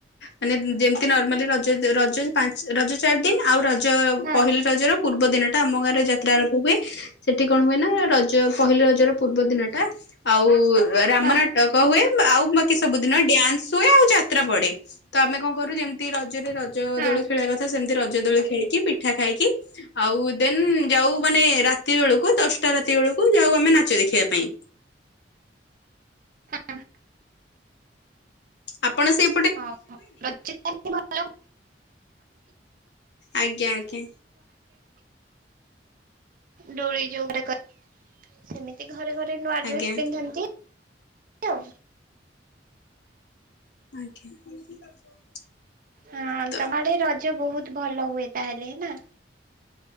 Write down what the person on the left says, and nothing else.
ମାନେ ଯେମିତି ନର୍ମାଲି ରଜ ରଜ ପା ରଜ ଚାରି ଦିନ ଆଉ ରଜ ଞ୍ଚ
ପହିଲି ରଜର ପୂର୍ବ ଦିନ ଟା ଆମ ଗାଁରେ ଯାତ୍ରା ଆରମ୍ଭ ହୁଏ। ସେଠି କଣ ହୁଏ ନା ରଜ ପହିଲି ରଜର ପୂର୍ବ ଦିନଟା ଆଉ ରାମ
ନାଟକ ହୁଏ। ଆଉ ବାକି ସବୁଦିନ ଡ୍ୟାନ୍ସ ହୁଏ ଆଉ ଯାତ୍ରା ପଡେ ତ ଆମେ କଣ କରୁ ଯେ ତି ରଜରେ ରଜ
ଦୋଳି ଖେଳିବା କଥା ସେମିତି ରଜ ଦୋଳି ଖେଳିକି ପିଠା ଖାଇକି ଆଉ ଦେନ୍ ଯୋଉ ମାନେ ରାତି ବେଳକୁ ଦଶଟା ରାତି ବେଳକୁ ଯାଉ ଆମେ ନାଚ ଦେଖିବା ପାଇଁ।
ଆପଣ ସେଈ
ଆଜ୍ଞା ଆଜ୍ଞା
ଆଜ୍ଞା
ଆଜ୍ଞା।
ତ